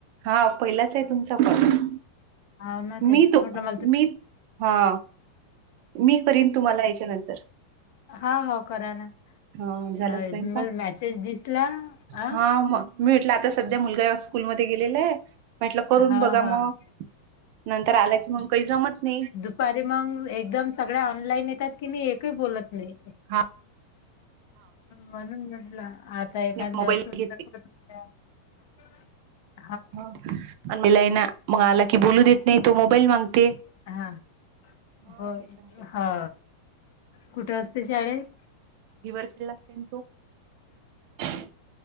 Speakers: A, on the right; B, on the left.
A: हा पहिलाच आहे तुमचा कॉल
B: हां ना तेच
A: मी
B: तर
A: तो
B: म्हटलं मला तू
A: मी हा. मी करीन तुम्हाला याच्यानंतर.
B: हा हा करा ना
A: हा झाला
B: मला
A: स्वयंपाक
B: मेसेज दिसला अ.
A: हा मग मी म्हटलं आता सध्या मुलगा स्कूलमध्ये गेलेला आहे. म्हटलं करून
B: हां,
A: बघा
B: हां,
A: मग नंतर आलं की मग काही जमत नाही.
B: मग एकदम सगळ्या ऑनलाईन येतात कनि एकही बोलत नाही.
A: हा
B: म्हणून म्हटलं आता एखादं
A: मोबाईल
B: <unintelligible>
A: घेते मम्मी ला आय ना मग आला की बोलू देत नाही तो मोबाईल मागते.
B: हा
A: हा
B: ब
A: त्याच्यामुळे
B: हा कुठे असते शाळेत.
A: <unintelligible>